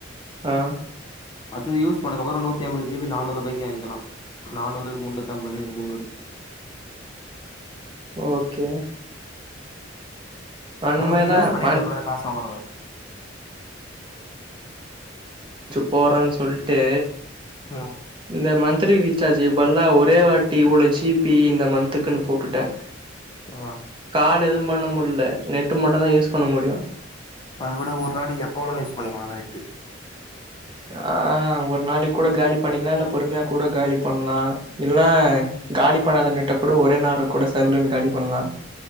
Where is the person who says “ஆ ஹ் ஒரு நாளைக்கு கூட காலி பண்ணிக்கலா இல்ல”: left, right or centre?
Right